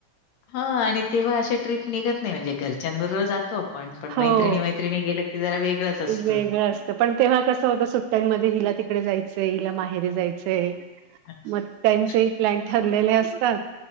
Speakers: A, on the left; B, on the right.
A: हा आणि तेव्हा अशा ट्रीप निघत नाही म्हणजे घरच्यांबरोबर जातो आपण पण मैत्रिणी
B: हो
A: मै त्रिणी गेलं की जरा वेगळंच. असतं.
B: वेगळं असतं पण तेव्हा कसं होतं सुट्ट्यांमध्ये हिला तिकडे जायचंय हिला माहेरीे जायचंय.
A: हां.
B: मग त्यांचे प्लॅन ठरलेले असतात